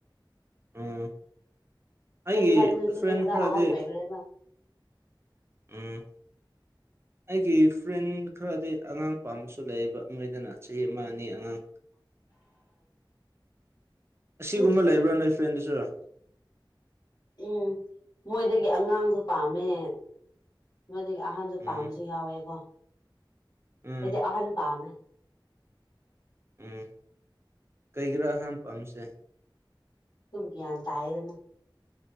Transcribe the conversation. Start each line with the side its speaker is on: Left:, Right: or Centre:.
Right: ꯎꯝ ꯑꯩꯒꯤ
Left: twenty ꯐꯥꯏꯚ ꯇꯋꯦꯟꯇꯤ
Right: ꯐ꯭ꯔꯦꯟ
Left: ꯊꯔꯤꯗꯤ ꯈꯔ
Right: ꯈꯔꯗꯤ
Left: ꯑꯍꯥꯟ ꯑꯣꯏꯈ꯭ꯔꯦꯕ
Right: ꯎꯝ ꯑꯩꯒꯤ ꯐ꯭ꯔꯦꯟ ꯈꯔꯗꯤ ꯑꯉꯥꯡ ꯄꯥꯝꯕꯁꯨ ꯂꯩꯌꯦꯕ ꯃꯣꯏꯗꯅ ꯆꯍꯤ ꯑꯃ ꯑꯅꯤ ꯑꯉꯥꯡ ꯑꯁꯤꯒꯨꯝꯕ
Left: ꯎꯝ
Right: ꯂꯩꯕ꯭ꯔꯥ ꯅꯣꯏ ꯐ꯭ꯔꯦꯟꯗꯁꯨ
Left: ꯎꯝ ꯃꯣꯏꯗꯒꯤ ꯑꯉꯥꯡꯖꯨ ꯄꯥꯝꯃꯦ ꯃꯣꯏꯗꯒꯤ ꯑꯍꯟꯖꯨ
Right: ꯎꯝ
Left: ꯄꯥꯝꯕꯁꯨ ꯌꯥꯎꯋꯦꯀꯣ
Right: ꯎꯝ
Left: ꯑꯩꯗꯤ ꯑꯍꯟ ꯄꯥꯝꯃꯦ
Right: ꯎꯝ ꯀꯩꯒꯤꯔꯥ ꯑꯍꯥꯟ ꯄꯥꯝꯕꯁꯦ
Left: ꯗꯨꯝ ꯒꯌꯥꯟ ꯇꯌꯦꯗꯅ